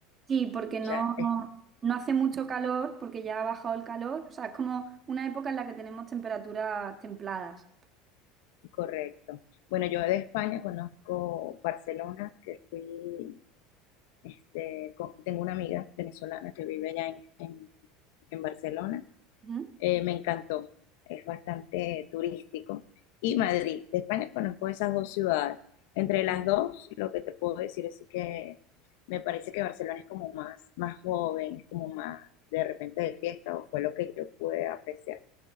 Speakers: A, on the right; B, on the left.
A: Sí, porque
B: o
A: no,
B: sea, es
A: no hace mucho calor, porque ya ha bajado el calor. O sea, es como una época en la que tenemos temperaturas templadas.
B: correcto. Bueno, yo de España conozco Barcelona, que fui, este, con- tengo una amiga venezolana que vive allá en, en en Barcelona
A: Ujú.
B: eh, me encantó, es bastante turístico. Y Madrid, de España conozco esas dos ciudades. Entre las dos, lo que te puedo decir es que me parece que Barcelona es como más, más joven, es como más de repente de fiesta, o fue lo que yo pude apreciar.